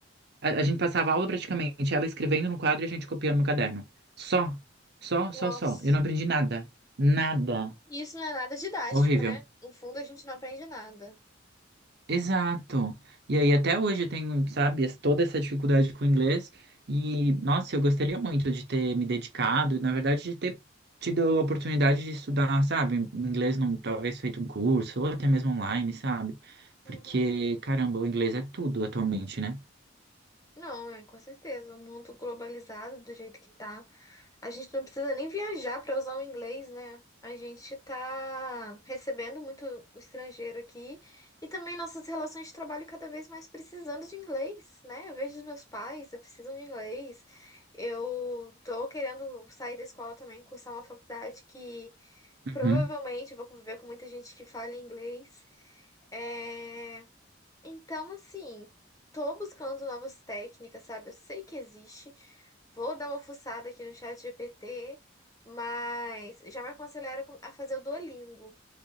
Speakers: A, on the right (about 55°); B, on the left (about 20°).
A: A, a gente passava a aula praticamente, ela escrevendo no quadro e a gente copiando no caderno. Só, só, só,
B: Nossa.
A: só. Eu não aprendi nada. Nada.
B: E Isso não é nada didático,
A: Horrível.
B: né? No fundo, a gente não aprende nada.
A: Exato. E aí, até hoje eu tenho, sabe, es- toda essa dificuldade com o inglês. E, nossa, eu gostaria muito de ter me dedicado, na verdade, de ter tido a oportunidade de estudar, sabe, inglês, num, talvez feito um curso, ou até mesmo online, sabe?
B: Uhum.
A: Porque, caramba, o inglês é tudo atualmente, né?
B: Não, é com certeza. O mundo globalizado do jeito que tá, a gente não precisa nem viajar para usar o inglês, né? A gente tá recebendo muito o estrangeiro aqui e também nossas relações de trabalho cada vez mais precisando de inglês, né? Eu vejo os meus pais, eu preciso de inglês. Eu tô querendo sair da escola também, cursar uma faculdade que
A: Uhum.
B: provavelmente eu vou conviver com muita gente que fala inglês. É... Então, assim, tô buscando novas técnicas, sabe? Eu sei que existe. Vou dar uma fuçada aqui no chat GPT, mas já me aconselharam com- a fazer o Duolingo.